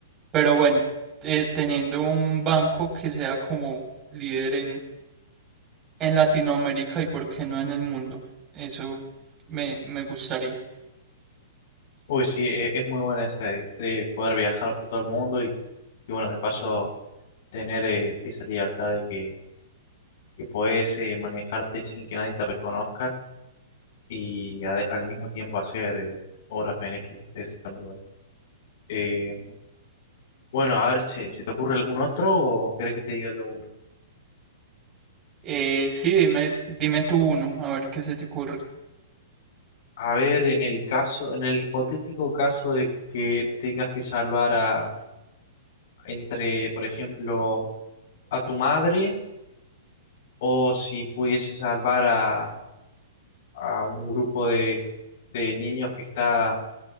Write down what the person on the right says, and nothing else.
pero bueno, eh, teniendo un banco que sea como líder en, en Latinoamérica y por qué no en el mundo, eso me, me gustaría.
Eh, sí, dime, dime tú uno, a ver qué se te ocurre.